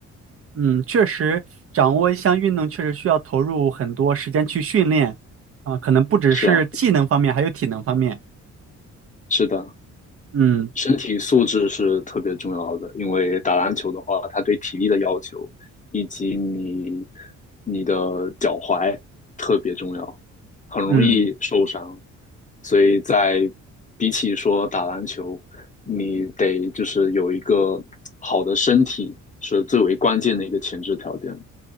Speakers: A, on the right; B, on the left.
A: 嗯，确实，掌握一项运动确实需要投入很多时间去训练，啊、可能不只是技能方面，
B: 是啊，
A: 还有体能方面。
B: 是的，
A: 嗯
B: 身体素质是特别重要的，因为打篮球的话，它对体力的要求以及你你的脚踝特别重要，很容易受伤。
A: 嗯。
B: 所以在比起说打篮球，你得就是有一个好的身体是最为关键的一个前置条件。